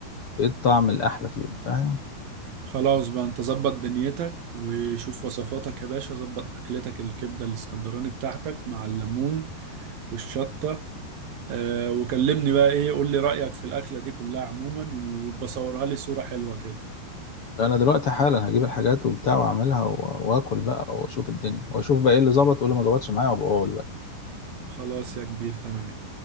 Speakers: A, on the left (about 45°); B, on the right (about 60°).
A: ايه الطعم الاحلى فيهم فاهم
B: خلاص بقى انت ظبط دنيتك وشوف وصفاتك يا باشا ظبط اكلتك الكبده الاسكندراني بتاعتك مع الليمون والشطه آه وكلمني بقى ايه قول لي رايك في الاكله دي كلها عموما وبصورها لي صوره حلوه كده
A: انا دلوقتي حالا هجيب الحاجات وبتاع واعملها و- واكل بقى واشوف الدنيا واشوف بقى ايه اللي ظبط وايه اللي ما ظبطش معايا وابقى اقول
B: خلاص يا كبير تمام